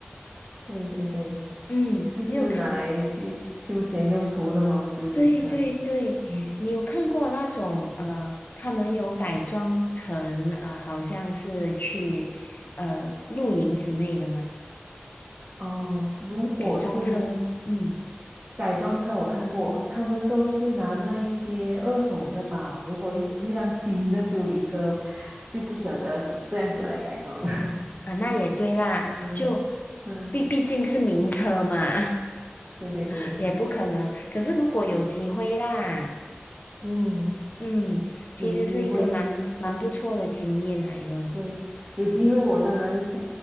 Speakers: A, on the right; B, on the left.
A: 对对对，
B: 嗯，
A: 就是拿来去休闲用途的哦，
B: 你有看？
A: 修理车。
B: 对对对，
A: 嗯，
B: 你有看过那种呃，他们有改装成呃，好像是去呃露营之类的吗？
A: 哦，如果是
B: 改装车，嗯
A: 改装车，我看过，他们都是拿那一些二手的吧。如果一个一辆新的修理车，就不舍得这样子来改装了。
B: 啊，那也对啦，
A: <laughs> 嗯
B: 就
A: 嗯，
B: 毕毕竟是名车嘛，
A: <laughs> 对对对，
B: <laughs> 也不可能。可是如果有机会啦，
A: 嗯，
B: 嗯，其实是一个蛮蛮不错的经验来的。
A: 有机会对，有机会我当然想